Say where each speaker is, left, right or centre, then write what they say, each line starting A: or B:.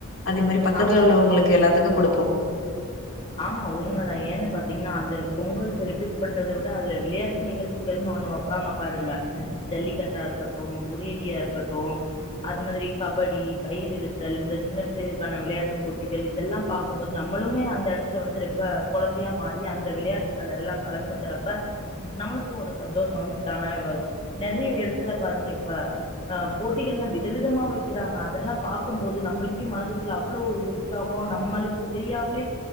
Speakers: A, on the left (about 65°); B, on the left (about 25°).
A: அதே மாரி பக்கத்துல
B: ஆமாம்.
A: உள்ளவங்களுக்கு எல்லாத்துக்கு குடுப்போ
B: ஆமா உண்மதா ஏன்னு பாத்தீங்கன்னா அது பொங்கல் செலிப்ரேட் பண்றத விட அதுல விளையாட்டு நிகழ்ச் சிகள்னு ஒண்ணு வெப்பாங்க பாருங்க ஜல்லிக்கட்டா இருக்கட்டு உரியடியா இருக்கட்டு அது மாத்ரி கபடி கையிரிலுத்தல் இந்த சின்ன பிள்ளைகளுக்கான விளையாட்டுப் போட்டிகள் இதெல்லா பாக் க்கும்போது நம்முளுமே அந்த எடத்துல வந்து ரொம்ப கொழந்தையா மாறி அந்த விளையாட்டுகள் எல்லா கலந்துக்கிறப்ப நம்மளுக்கு ஒரு சந்தோஷம் வந்து தானாவே வரும் நிறைய எடத்துல பாருங்க இப்ப அ போட்டிகள் எல்லா விதவிதமா வக்கிறாங்க அதெல்லா பாக்கும்போது நம்மள்க்கே மனதுக்குள்ள அவ்ளோ ஒரு தியாகம் நம்மள்க்கு தெரியாமலே